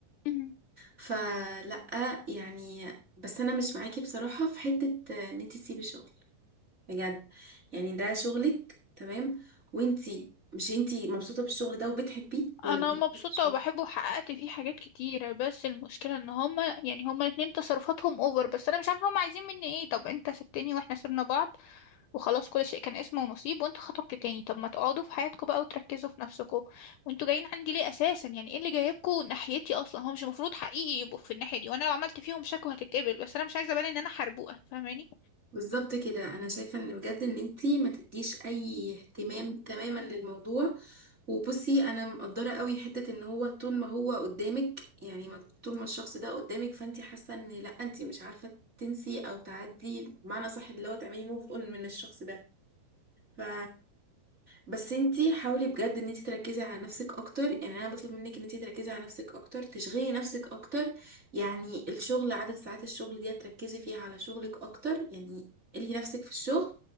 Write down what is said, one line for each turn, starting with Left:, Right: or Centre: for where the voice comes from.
Left: مهم.
Right: فلا يعني بس انا مش معاكي بصراحه في حته ان انتي تسيبي شغل بجد يعني ده شغلك تمام وانتي مش انتي مبسوطه بالشغل ده وبتحبيه ولا
Left: انا
Right: بتحبيه
Left: مبسوطه وبحبه وحققت فيه حاجات كتيره بس المشكله ان هما يعني هما الاتنين تصرفاتهم اوفر بس انا مش عارفه هما عايزين مني ايه طب انت سبتني واحنا سيبنا بعض وخلاص كل شيء كان اسمه ونصيب وانت خطبت تاني طب ما تقعدوا في حياتكم بقى وتركزوا في نفسكم وانتوا جايين عندي ليه اساسا يعني ايه اللي جايبكم ناحيتي اصلا هو مش المفروض حقيقي يبقوا في الناحيه دي وانا لو عملت فيهم شكوى هتتقبل بس انا مش عايزه ابان ان انا حربوقه فاهماني
Right: بالظبط كده انا شايفه ان بجد ان انتي ما تديش اي اهتمام تماما للموضوع وبصي انا مقدره قوي حته ان هو طول ما هو قدامك يعني ما- طول ما الشخص ده قدامك فانتي حاسه ان لا انتي مش عارفه تنسي او تعدي بمعنى صح اللي هو تعملي موف اون من الشخص ده بس انتي حاولي بجد ان انتي تركزي على نفسك اكتر يعني انا بطلب منك ان انتي تركزي على نفسك اكتر تشغلي نفسك اكتر يعني الشغل عدد ساعات الشغل دي تركزي فيها على شغلك اكتر يعني الهي نفسك في الشغل